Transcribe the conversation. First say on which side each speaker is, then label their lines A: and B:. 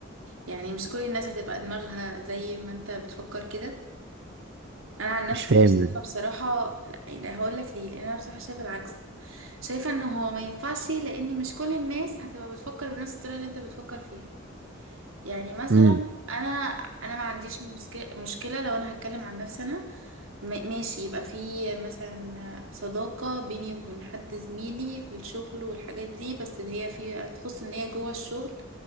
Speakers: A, on the right (about 80°); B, on the right (about 60°).
A: يعني مش كل الناس هتبقى دماغها زي ما انت بتفكر كده انا عن نفسي
B: مش فاهم
A: شايفة بصراحة لا يعني هقول لك ليه لان انا بصراحة شايفة العكس شايفة ان هو ما ينفعش لان مش كل الناس هتبقى بتفكر بنفس الطريقة اللي انت بتفكر فيها يعني مثلا
B: امم
A: انا انا ما عنديش مسك- مشكله لو انا هتكلم عن نفسي انا م- ماشي يبقى في مثلا صداقه بيني وبين حد زميلي في الشغل والحاجات دي بس اللي هي في تخص ان هي جوه الشغل